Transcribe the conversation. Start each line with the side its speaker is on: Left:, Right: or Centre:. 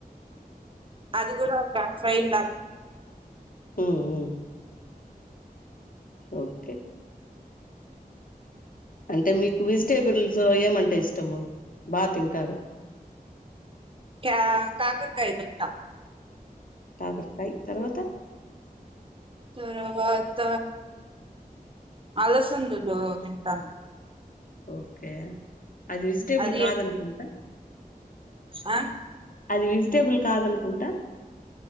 Right: అది కూడా ఒక ఫ్రైడ్ లాగా
Left: హ్మ్ మ్మ్ ఓకే అంటే మీకు వెజిటేబుల్స్ ఏమంటే ఇష్టము బా తింటారు
Right: కే కాకరకాయ తింటాం
Left: కాకరకాయ్ తర్వాత
Right: తర్వాత అలసందలు తింటాను
Left: ఓకే అది వెజిటేబుల్
Right: అది
Left: కాదు అనుకుంటా <inaudible>
Right: ఆ
Left: అది వెజిటేబుల్ కాదనుకుంటా